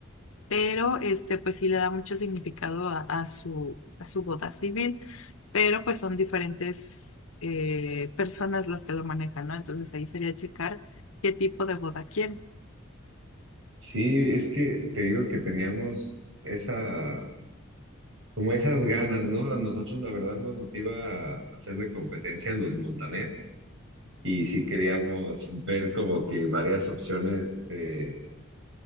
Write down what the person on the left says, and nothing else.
pero este, pues sí le da mucho significado a, a su, a su boda civil, pero pues son diferentes eh, personas las que lo manejan, ¿no? Entonces ahí sería checar qué tipo de boda quieren.